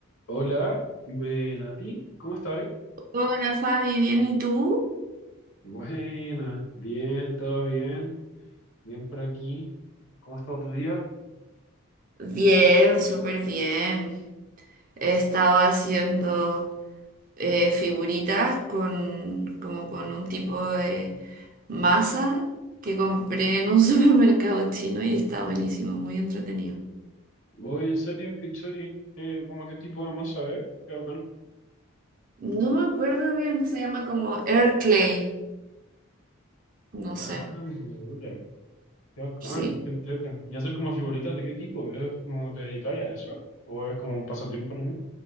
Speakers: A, on the left; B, on the right.
A: Hola, buena a ti, ¿cómo estás?
B: Hola Fabi, ¿bien y tú?
A: Buena, bien, todo bien, bien por aquí. ¿Cómo ha estado tu día?
B: Bien, súper bien. He estado haciendo eh, figuritas con, como con un tipo de masa que compré en un <laughs> supermercado chino y está buenísimo, muy entretenido.
A: Voy, en serio, qué chori, ¿Qué- cómo qué tipo de masa, eh? Qué bacán.
B: No me acuerdo bien, se llama como Air Clay, no sé.
A: Ah, mira, qué bacán,
B: Sí.
A: qué entrete. ¿Y hacer como figuritas de qué tipo? ¿Es como te dedicáis a eso? ¿O es como un pasatiempo nomás?